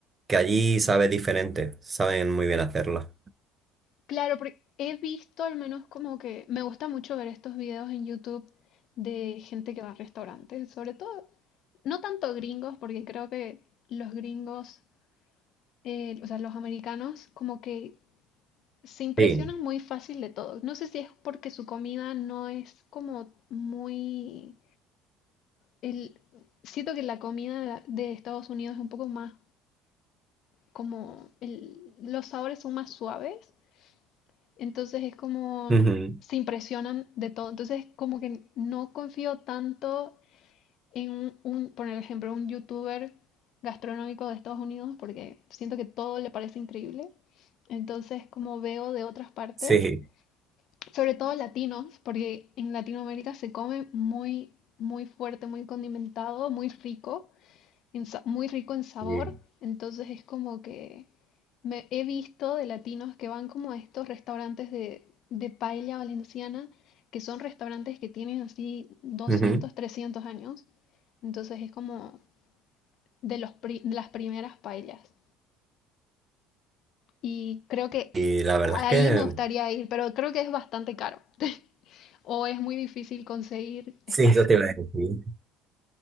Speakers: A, on the right (about 20°); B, on the left (about 50°).
A: que allí sabe diferente, saben muy bien hacerla.
B: Claro, porque he visto al menos como que me gusta mucho ver estos videos en YouTube de gente que va a restaurantes, sobre todo, no tanto gringos, porque creo que los gringos eh, o sea, los americanos como que se impresionan
A: Sí,
B: muy fácil de todo. No sé si es porque su comida no es como muy... El, siento que la comida de Estados Unidos es un poco más como... el- los sabores son más suaves, entonces es como...
A: ujú,
B: se impresionan de todo. Entonces como que no confío tanto en un, un- por ejemplo, un youtuber gastronómico de Estados Unidos porque siento que todo le parece increíble. Entonces, como veo de otras partes,
A: sí,
B: sobre todo latinos, porque en Latinoamérica se come muy, muy fuerte, muy condimentado, muy rico, en sa- muy rico en sabor.
A: y-
B: Entonces es como que me he visto de latinos que van como a estos restaurantes de, de paella valenciana, que son restaurantes que tienen así doscientos
A: ujú.
B: trescientos años. Entonces es como de los pri- de las primeras paellas. Y creo que
A: Y
B: eh,
A: la verdad
B: ahí
A: es que
B: me gustaría ir, pero creo que es bastante caro. <laughs> O es muy difícil conseguir
A: sí,
B: espacio.
A: eso te iba a decir.